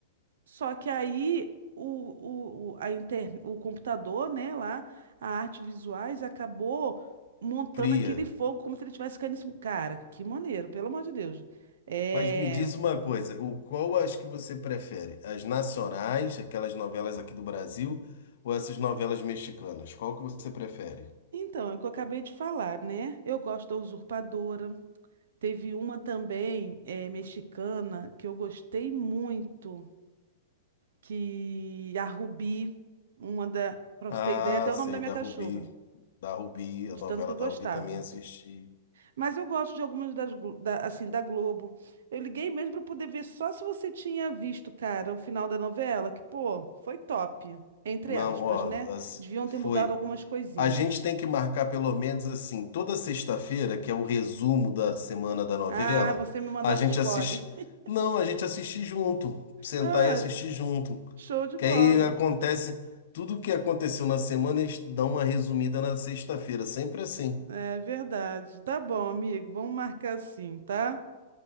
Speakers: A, on the right; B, on the left.
A: só que aí o, o, o- a inter, o computador, né, lá, a arte visuais, acabou montando
B: cria.
A: aquele fogo como se ele tivesse caindo em cima. Cara, que maneiro, pelo amor de Deus. É...
B: Mas me diz uma coisa, o qual as que você prefere? As nacionais, aquelas novelas aqui do Brasil, ou essas novelas mexicanas? Qual que você prefere?
A: Então, é o que eu acabei de falar, né? Eu gosto da Usurpadora. Teve uma também, é, mexicana, que eu gostei muito, que a Rubi, uma da... Pra
B: Ah,
A: você ter ideia, até o
B: sei,
A: nome da minha
B: da
A: cachorra,
B: Rubi. Da Rubi, a
A: de
B: novela
A: tanto que eu
B: da
A: gostava.
B: Rubi também assisti.
A: Mas eu gosto de algumas das, Glo- da, assim, da Globo. Eu liguei mesmo para poder ver só se você tinha visto, cara, o final da novela, que, pô, foi top, entre
B: Não,
A: aspas,
B: ó,
A: né?
B: as-
A: Deviam
B: foi,
A: ter mudado algumas coisinhas.
B: A gente tem que marcar pelo menos assim, toda sexta-feira, que é o resumo da semana da novela,
A: Ah, você me mandar
B: a gente
A: os spoilers.
B: assiste.
A: <laughs>
B: Não, a gente assiste junto. Sentar
A: Ah,
B: e assistir junto.
A: show de bola.
B: Que aí acontece tudo o que aconteceu na semana, eles dão uma resumida na sexta-feira. Sempre assim.
A: É verdade. Tá bom, amigo. Vamos marcar assim, tá?